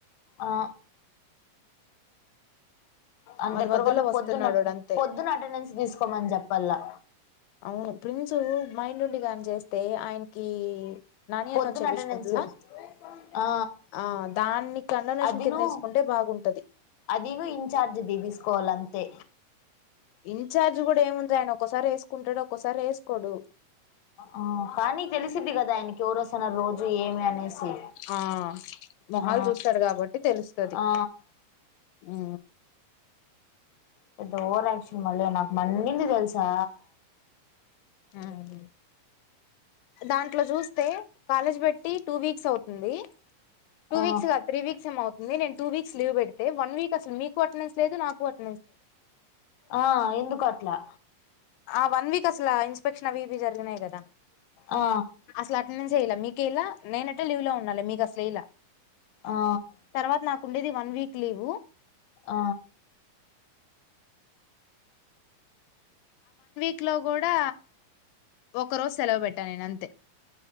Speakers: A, on the left (about 70°); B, on the left (about 85°).
A: ఆ అంతెక్కడకంటే
B: మధ్య మధ్యలో వస్తున్నాడు
A: పొద్దున్న
B: వాడు అంతే
A: పొద్దున్న అటెనెన్స్ తీసుకోమని చెప్పల్లా
B: అవును ప్రిన్సు మైండ్ ఉండి కాని చేస్తే ఆయనకి నాని
A: పొద్దున
B: అన్న చేపించుకుంటులా
A: అటెనెన్స్ ఆ
B: ఆ దాన్ని కండోనేషన్
A: అదిను
B: కింద వేసుకుంటే బాగుంటది
A: అదిను ఇన్చార్జ్ది తీసుకోవాలం తె
B: ఇన్ఛార్జ్ కూడ ఏముంది ఆయన ఒక్కోసారి ఏసు కుంటాడు ఒక్కోసారి ఏసుకోడు.
A: ఆ కానీ తెలిసిద్ది కదా ఆయనకి ఎవరు వస్తన్నారు రోజు ఏమి అనేసి
B: ఆ మొహాలు
A: ఆ
B: చూస్తాడు కాబట్టి తెలుస్తది.
A: ఆ
B: ఉ
A: పెద్ద ఓవర్ ఆక్చన్ మళ్ళీ నాకు మండింది తెలుసా
B: హు దాంట్లో చూస్తే కాలేజీ పెట్టి టూ వీక్స్ అవుతుంది టూ
A: ఆ
B: వీక్స్ కదు త్రీ వీక్స్ ఏమొఅవుతుంది నేను టూ వీక్స్ లీవ్ పెడితే వన్ వీక్ అసలు మీకు అటెండెన్స్ లేదు నాకు అట్
A: ఆ ఎందుకట్లా
B: ఆ వన్ వీక్ అసలాన్ పెక్షనా అవి ఇవి జరి నాయి కదా
A: ఆ
B: అసలు మీకు ఓకేలా నేనంటే లీవ్ లో ఉండాలి మీకు అసలు ఇలా
A: ఆ
B: తర్వాత నాకుండేది వన్ వీక్ లీవు్
A: ఆ
B: ఇంట్లో కూడా ఒకరోజు సెలవు పెట్టాను నేను అంతే